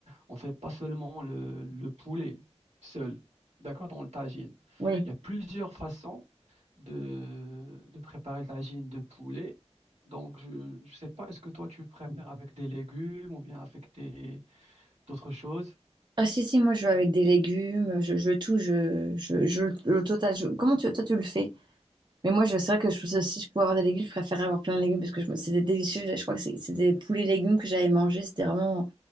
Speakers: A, on the right; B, on the right.
A: on fait pas seulement le, le poulet seul, d'accord, dans le tagine.
B: oui.
A: Il y a plusieurs façons de, de préparer le tagine de poulet. Donc, je je sais pas, est-ce que toi, tu préfères avec des légumes ou bien avec des, d'autres choses?
B: Ah si, si, moi je veux avec des légumes, je, je veux tout, je, je, je- le total. je- Comment tu, toi tu le fais? Mais moi, je, c'est vrai que je, pense si je pouvais avoir des légumes, je préférerais avoir plein de légumes parce que je me- c'était délicieux. Je crois que c'est- c'était des poulets légumes que j'avais mangé. C'était vraiment,